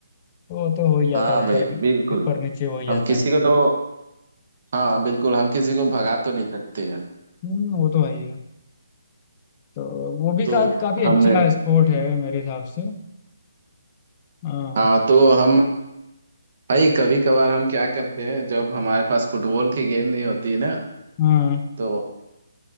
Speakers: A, on the left; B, on the right.
A: तो वो तो हो ही जाता
B: हाँ
A: है है
B: भाई
A: ऊपर में-
B: बिल्कुल
A: ऊपर नीचे हो ही जाता
B: हम किसी
A: है
B: को तो हाँ बिल्कुल हम किसी को भगा तो नहीं सकते हैं
A: हम्म वो तो है ही है तो वो भी
B: तो
A: का, काफी अच्छा
B: हमने
A: स्पोर्ट है मेरे हिसाब से हाँ
B: हाँ तो हम भाई कभी कभार हम क्या करते हैं जब हमारे पास फुटबॉल की गेंद नहीं होती है ना
A: हाँ
B: तो